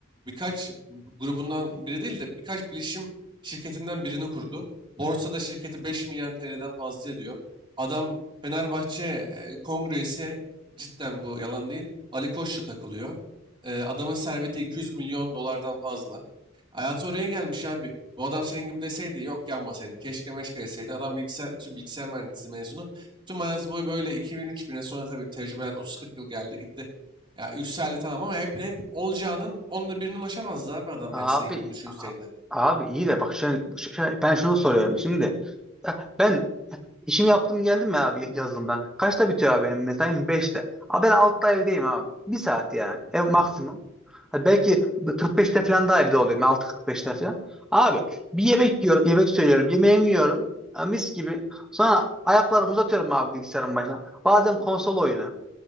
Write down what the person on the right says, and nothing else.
birkaç grubundan biri değil de birkaç bilişim şirketinden birini kurdu. Borsada şirketi 5 milyar TL'den fazla ediyor. Adam Fenerbahçe e, kongre cidden bu yalan değil. Ali Koç'la takılıyor. E, adamın serveti 200 milyon dolardan fazla. Hayatı oraya gelmiş abi. Bu adam senin gibi deseydi yok yanmasaydım keşke meşke deseydi. Adam bilgisayar, bütün bilgisayar mühendisliği mezunu. Tüm hayatı boyu böyle 2000 bin'e sonra tabii tecrübelen 30-40 yıl geldi gitti. Ya yükseldi tamam ama hep, hep olacağının onda birine ulaşamazdı abi adam
yani senin gibi düşünseydi.